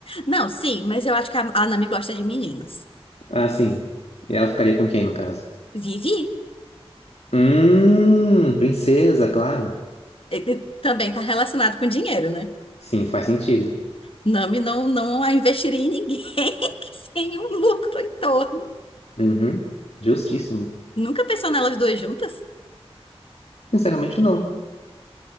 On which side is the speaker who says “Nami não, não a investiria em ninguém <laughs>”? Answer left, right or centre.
Left